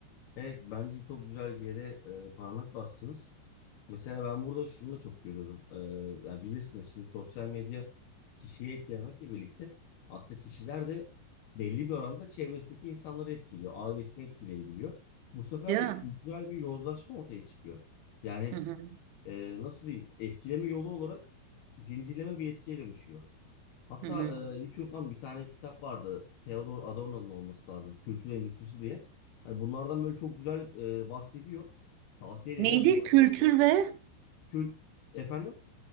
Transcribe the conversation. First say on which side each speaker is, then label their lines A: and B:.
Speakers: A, on the left; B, on the right.
A: Evet bence çok güzel bir yere e, parmak bastınız. Mesela ben burada şunu da çok görüyorum. Ee, yani bilirsiniz şimdi sosyal medya kişiye etkilemekle birlikte aslında kişiler de belli bir oranda çevresindeki insanları etkiliyor. Ailesini etkileyebiliyor. Bu sefer
B: Değil
A: de
B: mi?
A: kültürel bir yozlaşma ortaya çıkıyor. Yani
B: Hı hı,
A: e, nasıl diyeyim etkileme yolu olarak zincirleme bir etkiye dönüşüyor. Hatta
B: hı hı.
A: e, hiç unutmam bir tane kitap vardı. Theodor Adorno'nun olması lazım. Kültür Endüstrisi diye. Hani bunlardan böyle çok güzel e, bahsediyor. Tavsiye de
B: Neydi
A: ederim bu arada.
B: kültür ve
A: Kül efendim